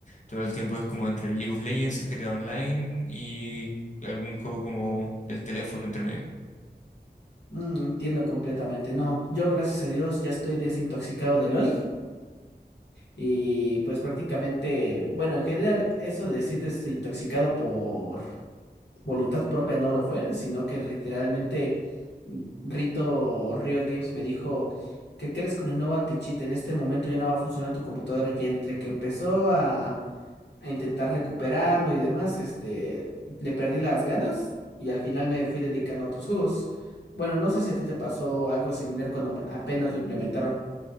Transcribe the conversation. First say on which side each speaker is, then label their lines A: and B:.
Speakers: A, on the left; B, on the left.
A: todo el tiempo es como entre el League of Legends, el GTA Online y algún juego como del teléfono entre medio.
B: Mm, entiendo completamente. No, yo gracias a Dios ya estoy desintoxicado de LOL y pues prácticamente, bueno, en general eso de decir desintoxicado por voluntad propia no lo fue, sino que literalmente Rito Riot Games me dijo, ¿qué crees con el nuevo anti-cheat? En este momento ya no va a funcionar tu computadora y entre que empezó a, a intentar recuperarlo y demás, este, le perdí las ganas y al final me fui dedicando a otros juegos. Bueno, no sé si a ti te pasó algo similar cuando me- apenas lo implementaron.